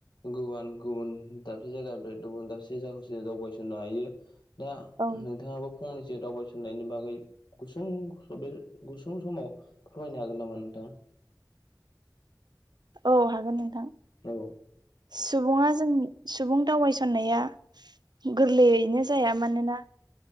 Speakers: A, on the left; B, on the right.
A: गुबुन गुबुन दाबसे जायगानिफ्राय गुबुन दाबसे जसे दावबायसनो हायो दा
B: औ
A: नोंथाङाबो फंनैस दावबायसनायनि बागै गुसुं बे गुसुं समाव फोरमायनो हागोन नामा नोंथां।
B: औ हागोन नोंथां।
A: औ
B: सुबुङा जोंनि सुबुं दावबायसननाया गोरलैयैनो जाया मानोना